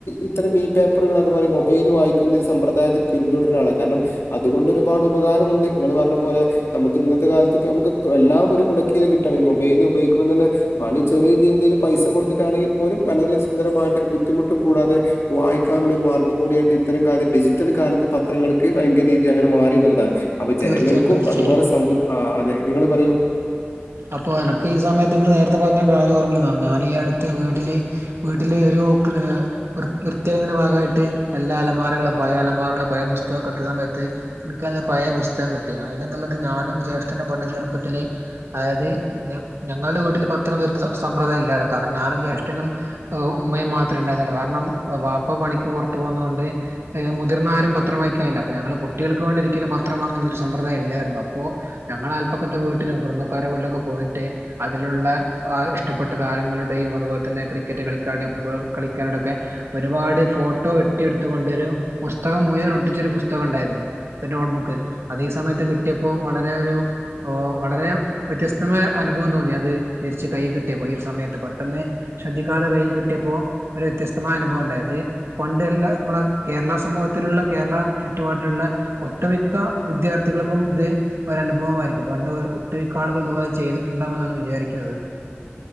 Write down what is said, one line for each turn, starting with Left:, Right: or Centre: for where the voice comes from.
Left: ഇത്തരം ഈ പേപ്പറുകൾ അതുപോലെ മൊബൈൽ വായിക്കുന്ന ഒരു സമ്പ്രദായത്തെ പിന്തുടരാ കാരണം അതുകൊണ്ട് ഒരുപാട് ഉപകാരമുണ്ട്. ഇങ്ങളു പറഞ്ഞ പോലെ നമുക്ക് ഇന്നത്തെ കാലത്ത് നമുക്ക് എല്ലാം ഒരു കുടക്കിയിൽ കിട്ടാണ് മൊബൈൽ ഉപയോഗുമ്പോ തന്നെ പണി ചെറിയ രിതി എന്തെ പൈസ കൊടുത്തിട്ടാണെങ്കിൽ പോലും വളരെ സുന്ദരമായിട്ട് ഒരു ബുദ്ധിമുട്ടും കൂടാതെ വായിക്കാനുള്ളരു മാർഗം കൂടിയായിട്ട് ഇത്തരം കാര്യം ഡിജിറ്റൽ കാലത്ത് പത്രങ്ങൾക്ക് ഭയങ്കര രീതി, അങ്ങനെ മാറി എന്നുള്ളതാണ്. അപ്പൊ ജനങ്ങൾക്കും
Right: തീർച്ചയായും തീർച്ചയായും
Left: അതുപോലെ സമു അതെ നിങ്ങള് പറയു.
Right: അപ്പൊ എനക്ക് ഈ സമയത്ത് നിങ്ങള് നേരത്തെ പറഞ്ഞ കാര്യം ഓർമ്മാവാന്നണ്. ഞാൻ ഈ അടുത്ത് വീട്ടില് വീട്ടില് ഒരു <unintelligible> വൃത്തിയാക്കുന്ന ഭാഗമായിട്ട് എല്ലാ അലമാരകളും പഴയ അലമാരകളും പഴയ പുസ്തക <unintelligible> ത്ത് എനിക്കാന്നെ പഴെ പുസ്തകം കിട്ടി. അതിലെന്താ ഉള്ളത്, ഞാനും ജ്യേഷ്ഠനു പണ്ട് ചെറുപ്പത്തില് അതായത് ഞ ഞങ്ങളുടെ വീട്ടിൽ പത്രം വരുത്തുന്ന സമ്പ്രദായം ഇല്ലാ. കാരണം ഞാനും ജ്യേഷ്ഠനും ഉ ഉമ്മയും മാത്ര ഉണ്ടായിന്നുള്ളൂ. കാരണം വാപ്പ പണിക്ക് പുറത്തു പോകുന്നത് കൊണ്ട് മുതിർന്ന ആരും പത്രം വായിക്കാൻല്ല. ഞങ്ങള് കുട്ടികൾക്ക് വേണ്ടിയിരിക്കലും പത്രം വാങ്ങുന്ന ഒരു സമ്പ്രദായ ഇല്ലായിരുന്നു. അപ്പോ ഞങ്ങളുടെ അല്പ്പക്കത്തെ വീട്ടില് കുടുംബ ക്കാരുടെ വീട്ടിലൊക്കെ പോയിട്ട് അതിലുള്ള ഇഷ്ടപ്പെട്ട താരങ്ങളുടെയും, അതുപോലെ തന്നെ ക്രിക്കറ്റ് കളിക്കാരുടെയും, ഫുട്ബോൾ കളിക്കാരോടൊക്കെ ഒരുപാട് ഫോട്ടോ വെട്ടിയെടുത്തുകൊണ്ട് ഒരു പുസ്തകം മുഴുവൻ ഒട്ടിച്ച് ഒരു പുസ് ത്തകം ഉണ്ടായിരുന്നു. ഒരു നോട്ട്ബുക്ക്. അത് ഈ സമയത്ത് കിട്ടിയപ്പോൾ വളരെ ഒരു വളരെ വ്യത്യസ്തമായ അനുഭവം തോന്നി, അത് തിരിച്ച് കൈ കിട്ടിയപ്പോ ഈ ഒരു സമയത്ത് പെട്ടെന്ന് ശ്രദ്ധിക്കാതെ കൈയിൽ കിട്ടി ഇപ്പോ ഒരു വ്യത്യസ്തമായ അനുഭവം ഉണ്ടായത്. പണ്ട്ല്ലാ കേരള സമൂഹത്തിലുള്ള കേരള ചുറ്റുപാടിലുള്ള ഒട്ടുമിക്ക വിദ്യാർത്ഥികൾക്കും ഇത് ഒരനുഭവമായിരിക്കും. പണ്ട് ഒട്ടുമിക്ക ആളുകളും ഇതുപോലെ ചെയ്തിട്ടുണ്ടാവുമെന്നാണ് വിചാരിക്കുന്നത്.